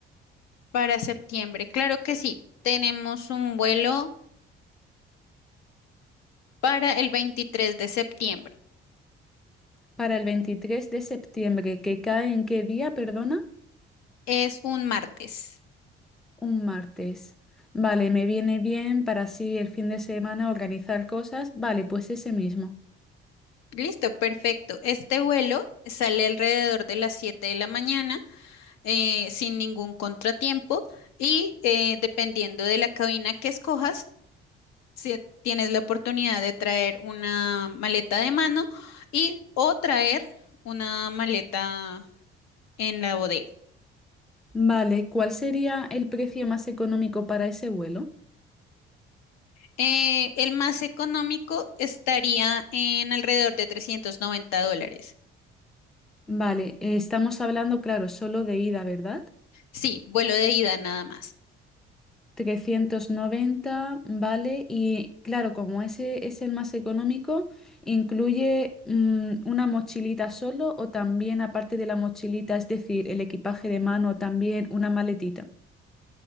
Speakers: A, on the left; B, in the centre.
A: Para septiembre, claro que sí. Tenemos un vuelo para el 23 de septiembre.
B: para el 23 de septiembre, que cae en qué día, perdona?
A: Es un martes.
B: Un martes. Vale, me viene bien para así el fin de semana organizar cosas. Vale, pues ese mismo.
A: Listo, perfecto. Este vuelo sale alrededor de las 7 de la mañana eh, sin ningún contratiempo y eh, dependiendo de la cabina que escojas, si tienes la oportunidad de traer una maleta de mano y o traer una maleta en la bodega.
B: Vale, ¿cuál sería el precio más económico para ese vuelo?
A: Eh, el más económico estaría en alrededor de 390 dólares.
B: Vale, eh, estamos hablando, claro, solo de ida, ¿verdad?
A: Sí, vuelo de ida nada más.
B: trescientos noventa, vale, y claro, como ese es el más económico, ¿incluye mm, una mochilita solo o también aparte de la mochilita, es decir, el equipaje de mano, también una maletita?